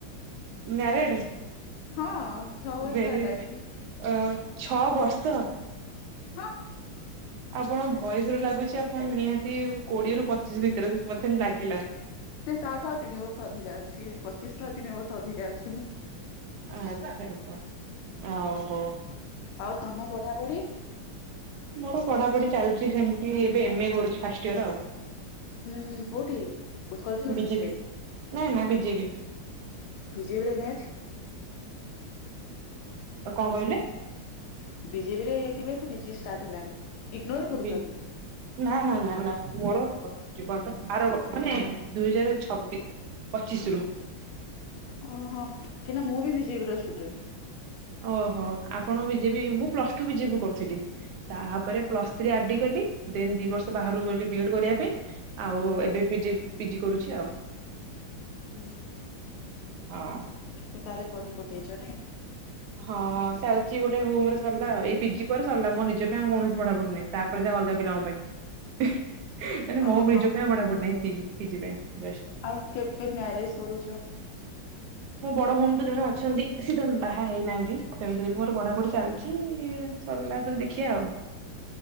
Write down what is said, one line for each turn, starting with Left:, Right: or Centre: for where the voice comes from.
Right: ମ୍ୟାରେଡ।
Left: ହଁ ଛଅ ବର୍ଷ
Right: ଭେରି
Left: ହେଲାଣି।
Right: ଅ ଛଅ ବର୍ଷ।
Left: ହଁ
Right: ଆପଣଙ୍କ ଭଏସ ରୁ ଲାଗୁଚି ଆପଣ ନିହାତି କୋଡିଏ ରୁ ପଚିଶ ଭିତରେ ମତେ ଲାଗିଲା।
Left: ଉଁ ତା ଠୁ ଆଉ ତିନି ବର୍ଷ ଅଧିକା ଅଛି ପଚିଶ ରୁ ଆଉ ତିନି ବର୍ଷ ଅଧିକା ଅଛି ମୁଁ।
Right: ଆଚ୍ଛା ଆଚ୍ଛା ଆ ଓହୋ।
Left: ଆଉ ତମ ପଢା ପଢି?
Right: ମୋର ପଢା ପଢି ଚାଲିଛି ସେମିତି ଏବେ ଏମ ଏ କରୁଛି ଫାର୍ଷ୍ଟ ଇୟର ଆଉ।
Left: ହୁଁ ହୁଁ କୋଉଠି ଉତ୍କଳ ୟୁନିଭରସିଟି
Right: ବିଜେପି
Left: ରେ।
Right: ନାଇଁ ନା ବିଜେପି
Left: ବି ଜେ ବି ରେ ଏମ ଏ ଅଛି।
Right: ଏ କଣ କହିଲେ?
Left: ବି ଜେ ବି ରେ କେବେ ଠୁ ପି ଜି ଷ୍ଟାର୍ଟ ହେଲାଣି? ଇଗ୍ନୋରେ କରୁଛ
Right: ବି
Left: କି?
Right: ନା ନା ନା ନା ମୋର ଯିବନି ତ ଆର ମାନେ ଦୁଇ ହଜାର ଛବି ପଚିଶି ରୁ।
Left: ଓହୋ କାହିଁକି ନା ମୁଁ ବି ବି ଜେ ବି ର ଷ୍ଟୁଡେଣ୍ଟ।
Right: ଓହୋ ଆପଣ ବି ଜେ ବି ମୁଁ plus two B J B କରୁଥିଲି। ତାପରେ ପ୍ଲସ ଥ୍ରୀ ଆର ଡି କଲି ଦେନ୍ ଦି ବର୍ଷ ବାହାରକୁ ଗଲି ବି ଏ ଡ କରିବା ପାଇଁ। ଆଉ ଏବେ ବି ଜେ ପିଜି କରୁଛି ଆଉ।
Left: ହୁଁ।
Right: ହଁ।
Left: ଏତେ ତାହେଲେ ପଢି ପକେଇଛ ନାଇଁ।
Right: ହଁ ଚାଲିଛି ଗୋଟେ ହୋମ ରେ ସରିଲା ଏଇ ପି ଜି ପରେ ସରିଲା ମୋ ନିଜ ପାଇଁ ଆଉ କୌଣସି ପଢାପଢି ନାହିଁ। ତାପରେ ଯାହା ଅଲଗା ପିଲାଙ୍କ ପାଇଁ। ମାନେ ମୋ
Left: ଓହୋ
Right: ନିଜ ପାଇଁ ଆଉ ପଢା ପଢି ନାଇ ଏତିକି ପି ଜି ପାଇଁ ଜଷ୍ଟ।
Left: ଆଉ କେବେ ମ୍ୟାରେଜ କରୁଛ?
Right: ମୋ ବଡ ଭଉଣୀ ତ ଜଣେ ଅଛନ୍ତି। ସିଏ ତ ବାହା ବାହା ହେଇନାହାନ୍ତି ସେମିତିରେ ବି ମୋର ପଢାପଢି ଚାଲିଛି ସରିଲା ପରେ ଦେଖିଆ ଆଉ।